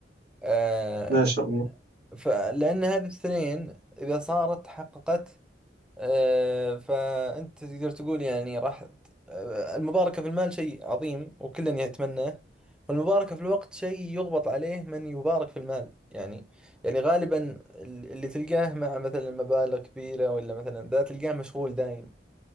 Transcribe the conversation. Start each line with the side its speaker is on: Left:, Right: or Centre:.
Centre: آه،
Right: ما شاء
Centre: ل-
Right: الله
Centre: ف- لأن هذه الاثنين إذا صارت تحققت آه، فأنت تقدر تقول يعني راح آه، المباركة في المال شيء عظيم وكلا يتمناه والمباركة في الوقت شيء يغبط عليه من يبارك في المال يعني يعني غالبا اللي تلقاه مع مثلا مبالغ كبيرة ولا مثلا ذا تلقاه مشغول دايم